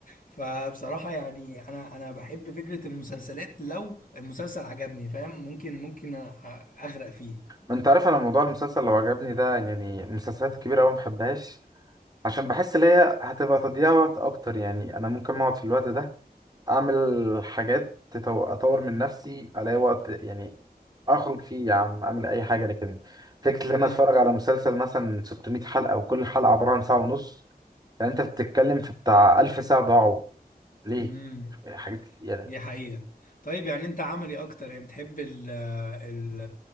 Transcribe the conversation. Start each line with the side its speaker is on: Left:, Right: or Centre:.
Left: فبصراحة يعني انا انا بحب فكرة المسلسلات لو المسلسل عجبني فاهم ممكن ممكن أ- اغرق فيه
Right: ما انت عارف انا موضوع المسلسل لو عجبني ده يعني المسلسلات الكبيرة أوي ما بحبهاش عشان بحس ان هي هتبقى تضييع وقت اكتر يعني انا ممكن اقعد في الوقت ده اعمل حاجات تطو- اطور من نفسي الاقي وقت يعني اخرج فيه يا عم اعمل اي حاجه لكن فكره
Left: امم
Right: ان انا اتفرج على مسلسل مثلا 600 حلقه وكل حلقه عباره عن ساعه ونص يعني انت بتتكلم في بتاع 1000 ساعه ضاعوا ليه
Left: امم
Right: حاجات يعني
Left: دي حقيقة طيب يعني انت عملي اكتر يعني بتحب ال ال